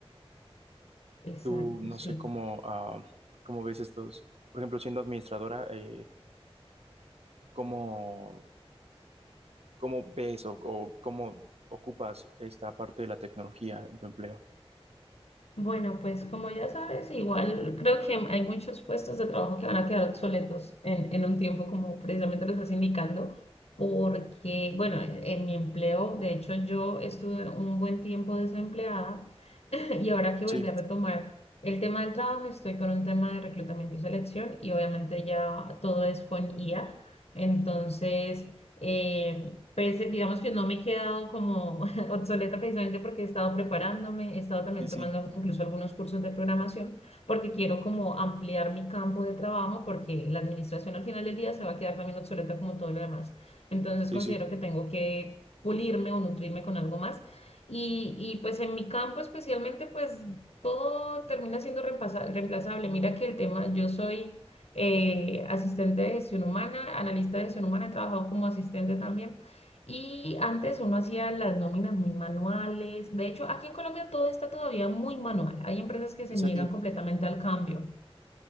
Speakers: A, on the left (about 80°); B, on the right (about 70°).
A: <laughs> Exacto,
B: Tú no
A: sí.
B: sé cómo, ah, cómo ves estos, por ejemplo, siendo administradora, eh, ¿cómo, cómo ves o, o cómo ocupas esta parte de la tecnología en tu empleo?
A: Bueno, pues como ya sabes, igual creo que hay muchos puestos de trabajo que van a quedar obsoletos en, en un tiempo, como precisamente lo estás indicando, porque, bueno, en, en mi empleo, de hecho, yo estuve un buen tiempo desempleada <laughs> Y ahora que
B: Sí,
A: volví a retomar el tema del trabajo, estoy con un tema de reclutamiento y selección y obviamente ya todo es con IA. Entonces, eh, pues, digamos que no me he quedado como <laughs> obsoleta precisamente porque he estado preparándome, he estado también
B: sí, sí,
A: tomando incluso algunos cursos de programación porque quiero como ampliar mi campo de trabajo porque la administración al final del día se va a quedar también obsoleta como todo lo demás. Entonces,
B: sí,
A: considero
B: sí.
A: que tengo que pulirme o nutrirme con algo más. Y, y pues en mi campo especialmente, pues todo termina siendo reemplaza- reemplazable. Mira que el tema, yo soy eh, asistente de gestión humana, analista de gestión humana, he trabajado como asistente también. Y antes uno hacía las nóminas muy manuales. De hecho, aquí en Colombia todo está todavía muy manual. Hay empresas que
B: ¿En
A: se
B: serio?
A: niegan completamente al cambio.